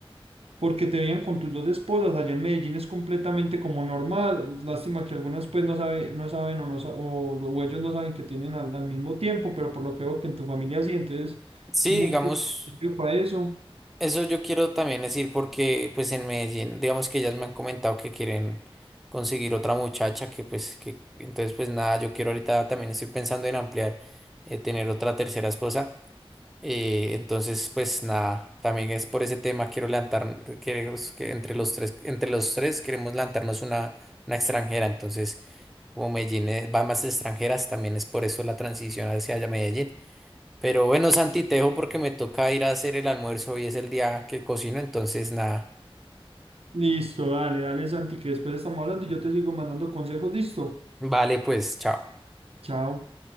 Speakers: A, on the right; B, in the centre.
A: porque te veían con tus dos esposas. Allá en Medellín es completamente como normal. Lástima que algunas pues no sabe, no saben o, no, sa- o, lo- o ellos no saben que tienen al, al mismo tiempo, pero por lo que veo que en tu familia sí, entonces,
B: Sí,
A: muy
B: digamos,
A: positivo para eso.
B: eso yo quiero también decir porque pues en Medellín, digamos que ellas me han comentado que quieren conseguir otra muchacha que pues que entonces pues nada, yo quiero ahorita también estoy pensando en ampliar, eh, tener otra tercera esposa. eh, entonces pues nada, también es por ese tema quiero levantar, queremos que entre los tres, entre los tres queremos levantarnos una, una extranjera. Entonces, como Medellín eh, va más extranjeras, también es por eso la transición hacia allá Medellín. Pero bueno, Santi, te dejo porque me toca ir a hacer el almuerzo. Hoy es el día que cocino, entonces nada.
A: Listo, dale, dale, Santi, que después estamos hablando y yo te sigo mandando consejos. Listo,
B: Vale, pues, chao.
A: chao.